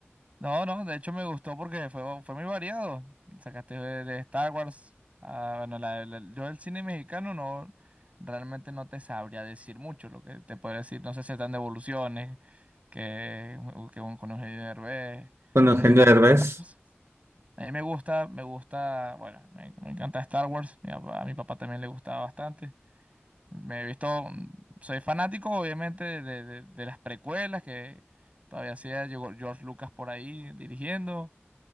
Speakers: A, on the right; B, on the right.
A: No, no, de hecho me gustó porque fue, fue muy variado. Sacaste de, de Star Wars. Ah, bueno, la- la- yo el cine mexicano no, realmente no te sabría decir mucho lo que te puedo decir. No sé si están de evoluciones, que, que un, con Eugenio Derbez.
B: Con
A: Mencionaste
B: Eugenio Derbez.
A: Star Wars. A mí me gusta, me gusta, bueno, me, me encanta Star Wars. Mi papá- a mi papá también le gustaba bastante. Me he visto, soy fanático obviamente de, de- de las precuelas que todavía hacía llegó George Lucas por ahí dirigiendo